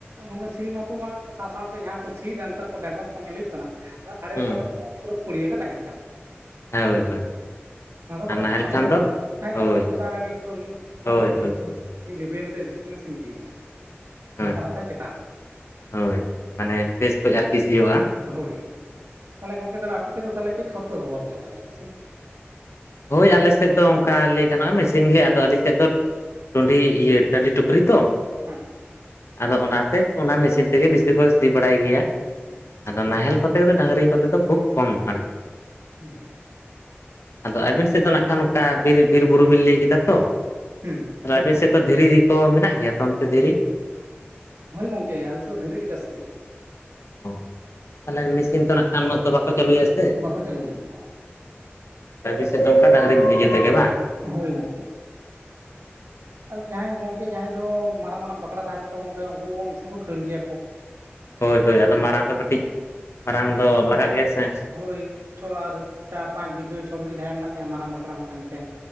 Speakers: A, on the right; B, on the left.
A: ᱜᱚᱢᱠᱮ ᱥᱤ ᱢᱟᱛᱚ ᱵᱟᱝ ᱥᱟᱶ ᱥᱟᱶᱛᱮ ᱡᱟᱦᱟᱸ ᱠᱚ ᱥᱤᱫᱟ ᱱᱮᱛᱟᱨ ᱠᱚ ᱰᱟᱭᱵᱷᱟᱨ ᱠᱚ ᱧᱮᱞ ᱦᱩᱭᱩᱜ ᱠᱟᱱᱟ ᱟᱲᱮ
B: ᱦᱩᱸ
A: ᱞᱟᱛᱟᱨ ᱠᱚᱫᱚ ᱯᱩᱨᱟᱹ ᱯᱩᱲᱭᱟᱹ ᱜᱮ ᱛᱟᱦᱮᱱ ᱠᱟᱱᱟ᱾
B: ᱦᱮᱸ ᱦᱳᱭ ᱦᱳᱭ᱾
A: ᱚᱱᱟ ᱫᱚ ᱵᱟᱠᱚ
B: ᱟᱨ ᱱᱟᱦᱮᱞ
A: ᱪᱚᱥᱟᱣ
B: ᱠᱷᱟᱱ
A: ᱫᱟᱲᱮᱭᱟᱜ
B: ᱫᱚ
A: ᱠᱟᱱᱟ ᱛᱟᱦᱚᱞᱮ ᱠᱷᱟᱡ
B: ᱦᱳᱭ
A: ᱫᱚ ᱜᱚᱴᱟ
B: ᱦᱳᱭ
A: ᱜᱮ ᱯᱩᱨᱟᱹ
B: ᱦᱳᱭ
A: ᱛᱤᱥ
B: ᱦᱳᱭ
A: ᱦᱚᱸ ᱢᱤᱫ ᱞᱮᱵᱮᱞ ᱛᱮ ᱥᱤ ᱤᱫᱤ ᱟᱵᱤᱱᱟᱭ
B: ᱦᱳᱭ
A: ᱞᱟᱛᱟᱨ ᱦᱟᱥᱟᱭ ᱪᱮ
B: ᱦᱳᱭ ᱢᱟᱱᱮ ᱵᱮᱥ ᱠᱷᱡᱽ ᱟᱨᱠᱤ ᱥᱤᱜᱳᱟ ᱾
A: ᱦᱳᱭ ᱾ ᱛᱟᱦᱚᱞᱮ ᱜᱚᱝᱠᱮ ᱛᱟᱦᱚᱞᱮ ᱟᱯᱮ ᱥᱮᱫ ᱫᱚ ᱛᱟᱦᱚᱞᱮ ᱪᱮᱫ ᱠᱷᱚᱛ ᱯᱮ ᱵᱮᱵᱷᱟᱨ ᱜᱮᱭᱟ ᱛᱟᱦᱚᱞᱮ ᱵᱮᱥᱤ?
B: ᱦᱳᱭ ᱟᱞᱮ ᱥᱮᱫ ᱫᱚ ᱚᱱᱠᱟ ᱞᱟᱹᱭ ᱜᱟᱱᱚᱜ-ᱟ ᱢᱮᱥᱤᱱ ᱜᱮ ᱟᱫᱚ ᱟᱞᱮ ᱥᱮᱫ ᱫᱚ ᱴᱩᱸᱰᱤ ᱤᱭᱟᱹ ᱴᱟᱹᱰᱤ ᱴᱩᱠᱨᱤ ᱛᱚ᱾
A: ᱦᱩᱸ ᱾
B: ᱟᱫᱚ ᱚᱱᱟᱛᱮ ᱚᱱᱟ ᱢᱮᱥᱤᱱ ᱛᱮᱜᱮ ᱵᱤᱥᱤ ᱠᱚ ᱥᱤ ᱵᱟᱲᱟᱭ ᱜᱮᱭᱟ᱾
A: <unintelligible>
B: ᱟᱫᱚ ᱱᱟᱦᱮᱞ ᱠᱚᱛᱮ ᱫᱚ ᱰᱟᱹᱝᱨᱤ ᱠᱚᱛᱮ ᱫᱚ ᱠᱷᱩᱵ ᱠᱚᱢ ᱟᱨᱠᱤ᱾
A: <unintelligible>
B: ᱟᱫᱚ ᱟᱹᱵᱤᱱ ᱥᱮᱫ ᱫᱚ ᱱᱟᱠᱷᱟ ᱱᱚᱠᱟ ᱵᱤᱨ ᱵᱤᱨ ᱵᱩᱨᱩ ᱵᱤᱱ ᱞᱟᱹᱭ ᱠᱮᱫᱟ ᱛᱚ᱾
A: ᱦᱩᱸ
B: ᱟᱨ ᱟᱵᱮᱱ ᱥᱮᱫ ᱫᱚ ᱫᱷᱤᱨᱤ ᱠᱚ ᱢᱮᱱᱟᱜ ᱜᱮᱭᱟ ᱛᱚ ᱚᱱᱛᱮ ᱫᱷᱤᱨᱤ?
A: ᱦᱳᱭ ᱜᱚᱝᱠᱮ ᱟᱞᱮᱥᱮᱫ ᱫᱚ ᱫᱷᱤᱨᱤ ᱜᱮ ᱡᱟᱹᱥᱛᱤ ᱾
B: ᱚ ᱛᱟᱦᱞᱮ ᱢᱤᱥᱤᱱ ᱛᱮᱱᱟᱜ ᱠᱟᱱ ᱧᱚᱜ ᱫᱚ ᱵᱟᱠᱚ ᱪᱟᱹᱞᱩᱭᱟ ᱥᱮ ᱾
A: ᱵᱟᱠᱚ ᱪᱟᱹᱞᱩ ᱞᱟᱹᱜᱤᱫᱚᱜᱼᱟ
B: ᱛᱚ ᱟᱯᱮ ᱥᱮᱫ ᱫᱚ ᱱᱚᱝᱠᱟ ᱰᱟᱹᱝᱨᱤ ᱤᱭᱟᱹ ᱛᱮᱜᱮ ᱵᱟᱝ?
A: ᱦᱳᱭ ᱜᱚᱝᱠᱮ ᱾ ᱟᱫᱚ ᱡᱟᱦᱟᱸᱭ ᱜᱚᱝᱠᱮ ᱡᱟᱦᱟᱸᱭ ᱠᱚ ᱢᱟᱨᱟᱝ ᱢᱟᱨᱟᱝ ᱯᱟᱠᱲᱟ ᱛᱟᱦᱮᱸᱱ ᱛᱟᱠᱚᱣᱟ ᱜᱚᱝᱠᱮ ᱩᱱᱠᱩ ᱢᱤᱥᱤᱱ ᱠᱚ ᱠᱷᱟᱹᱲ ᱜᱮᱭᱟ ᱠᱚ ᱾
B: ᱦᱳᱭ ᱦᱳᱭ ᱟᱫᱚ ᱢᱟᱨᱟᱝ ᱫᱚ ᱠᱟᱹᱴᱤᱡ ᱢᱟᱨᱟᱝ ᱫᱚ ᱞᱟᱜᱟᱜ ᱜᱮᱭᱟ ᱥᱮ ᱾
A: ᱦᱳᱭ ᱪᱷᱚ ᱟᱨ ᱪᱟᱨ ᱯᱟᱸᱪ ᱵᱤᱜᱷᱟᱹ ᱪᱷᱚ ᱵᱤᱜᱷᱟᱹ ᱡᱟᱦᱟᱸᱭ ᱢᱮᱱᱟᱜ ᱛᱟᱭᱟ ᱢᱟᱨᱟᱝ ᱵᱟᱠᱷᱲᱟ ᱢᱮᱱᱟᱜ ᱛᱟᱭ ᱢᱮᱫᱴᱮᱱ ᱢᱮᱫᱴᱮᱱ᱾